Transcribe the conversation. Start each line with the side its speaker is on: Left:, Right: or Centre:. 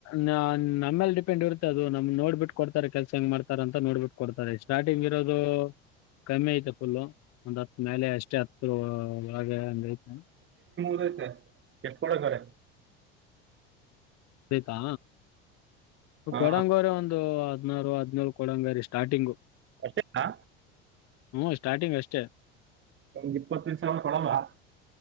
Left: ನ ನಮ್ಮೇಲ್ಲಿ ಡಿಪೆಂಡ್ ಇರುತ್ ತ್ತ್ ಅದು ನಮ್ಮುನ್ ನೋಡ್ಬಿಟ್ಟು ಕೊಡ್ತಾರೆ ಕೆಲಸ ಹೆಂಗ್ ಮಾಡ್ತಾರ ಅಂತ ನೋಡ್ಬಿಟ್ಟ ಕೊಡ್ತಾರೆ ಸ್ಟಾರ್ಟಿಂಗ್ ಇರೋದು ಕಮ್ಮಿ ಐತೆ ಫುಲ್ಲು. ಒಂದ್ ಹತ್ ಮೇಲೆ ಅಷ್ಟೇ ಹತ್ತು. ಲೇ ಹಂಗ್ ಐತೆ.
Right: <unintelligible> ಎಷ್ಟು ಕೊಡಂಗವ್ರೆ.
Left: ಬೇಕಾ.
Right: ಹಾ
Left: ಕೊಡೊಂಗೋರೆ ಒಂದು ಅದ್. ಹದ್ನಾರು ಹದ್ನೇಳು ಕೊಡಂಗರಿ ಸ್ಟಾಟಿಂಗೂ.
Right: ಅಷ್ಟೆತ್ತಾ.
Left: ಹ್ಮ್ ಸ್ಟಾರ್ಟಿಂಗ್ ಅಷ್ಟೇ.
Right: ಒಂದ್ ಇಪ್ಪತ್ತ ನಿಮಿಷ ಅಂದ್ರ ಕೊಡಲ್ವಾ.